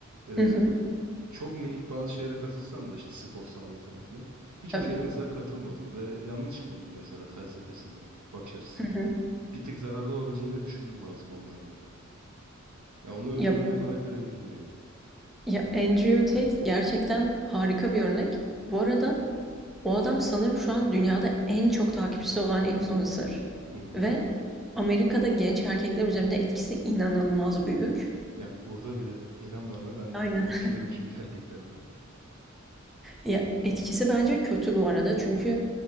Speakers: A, on the right; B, in the centre.
A: E,
B: Hı hı.
A: çok minik bazı şeylere katılsam da işte spor, sağlık falan filan. Birçok
B: Tabii.
A: şeylere mesela katılmadım ve yanlış buldum mesela felsefesini, bakış açısını.
B: Hı hı.
A: Bir tık zararlı olabileceğini de düşündüm bazı konularda. Ya onu öyle
B: Ya
A: bir örnek olarak verebilirim yani.
B: ya Andrew Tate gerçekten harika bir örnek. Bu arada o adam sanırım şu an dünyada en çok takipçisi olan influencer
A: Hı hı.
B: ve Amerika'da genç erkekler üzerinde etkisi inanılmaz büyük.
A: Ya burada bile inan bana ben
B: Aynen.
A: konuşuyorum çünkü <laughs> erkeklerle.
B: Ya, etkisi bence kötü bu arada çünkü,